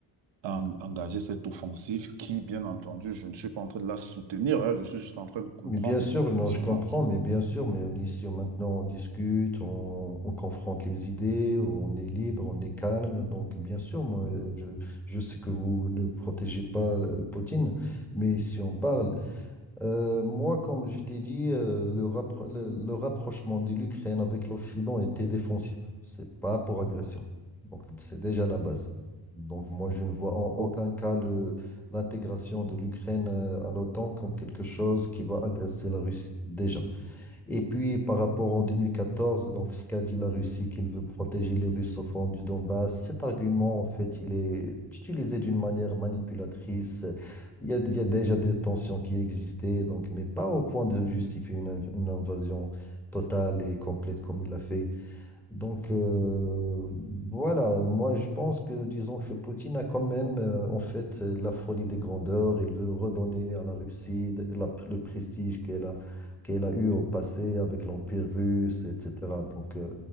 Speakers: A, on the right; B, in the centre.
A: a engagé cette offensive qui, bien entendu, je ne suis pas en train de la soutenir, hein, je suis juste en train de comprendre
B: Mais bien sûr,
A: le personnage.
B: non, je comprends, mais bien sûr, mais on- ici, on- maintenant, on discute, on, on confronte les idées, on est libre, on est calme. Donc bien sûr, moi, euh, je, je sais que vous ne protégez pas euh, Poutine, mais si on parle, Euh, moi, comme je t'ai dit, euh, le, rappro- le- le rapprochement de l'Ukraine avec l'Occident était défensif. C'est pas pour agression. Donc, c'est déjà la base. Donc, moi, je ne vois en aucun
A: Oh,
B: cas le- l'intégration de l'Ukraine euh, à l'OTAN comme quelque chose qui va agresser la Russie, déjà. Et puis, par rapport en 2014, donc, ce qu'a dit la Russie, qu'il veut protéger les russophones du Donbass, cet argument, en fait, il est utilisé d'une manière manipulatrice. Il y a, il y a déjà des tensions qui existaient, donc, mais pas au point de justifier une, inv- une invasion totale et complète comme il l'a fait. Donc euh, voilà, moi je pense que disons que Poutine a quand même euh, en fait euh, la folie des grandeurs. Il veut redonner à la Russie de- la- le prestige qu'elle a, qu'elle a eu au passé avec l'Empire russe, etc. Donc euh,